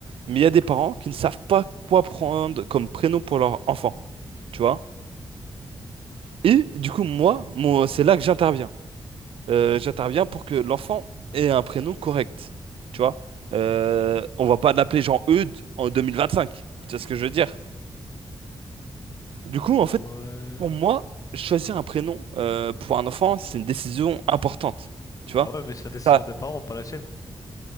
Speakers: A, on the right (about 80°); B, on the left (about 40°).
A: mais il y a des parents qui ne savent pas quoi prendre comme prénom pour leur enfant, tu vois. Et du coup, moi, moi c'est là que j'interviens. Euh, j'interviens pour que l'enfant ait un prénom correct, tu vois. Euh, on va pas l'appeler Jean-Eudes en 2025, tu vois ce que je veux dire. Du coup,
B: Ouais.
A: en fait, Pour moi, choisir un prénom euh, pour un enfant, c'est une décision importante. Tu vois?
B: Bah ouais, mais c'est la décision
A: Ça-
B: des parents, pas la tienne.